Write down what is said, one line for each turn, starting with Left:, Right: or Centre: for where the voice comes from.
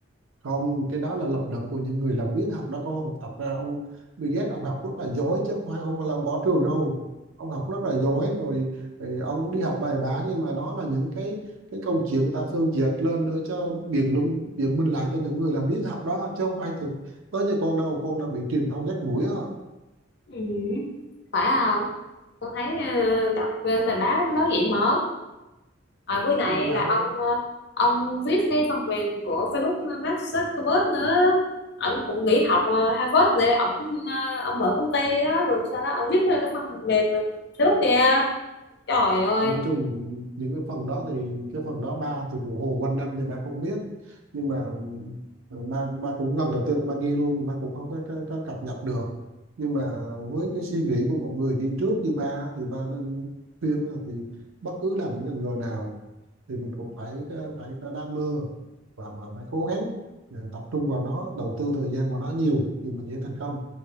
Right: không cái đó là lập luận của những người làm biến học đó con tập ra ông Bill Gates ông học rất là giỏi chứ không phải không phải là ông bỏ trường đâu ông học rất là giỏi rồi rồi ông đi học bài bản nhưng mà đó là những cái cái câu chuyện người ta phân dệt lên để cho biện luận biện minh lại cho những người làm biến học đó chứ không phải thực tới như con đâu con đã bị truyền thông dắt mũi á
Left: Ừ, phải không? Con thấy ờ, đọc ờ, bài báo nó nói vậy mà. à, với lại
Right: báo
Left: là ông ờ, ông viết cái phần mềm của Facebook Mark Zuckerberg nữa ông cũng nghỉ học ờ, Harvard để ông ờ, ông mở công ty đó rồi sau đó ông viết ra cái phần mềm Facebook kìa trời ơi
Right: nói chung những cái phần đó thì cái phần đó ba thì vụ hồ quanh năm thì ba không biết nhưng mà ừ, ba ba cũng lần đầu tiên ba nghe luôn nhưng ba cũng không có, có, có cập nhật được nhưng mà với cái suy nghĩ của một người đi trước như ba thì ba nên khuyên là thì bất cứ làm một ngành nghề nào thì mình cũng phải ờ, phải có đam mê và, và phải cố gắng ừ, tập trung vào nó đầu tư thời gian vào nó nhiều thì mình sẽ thành công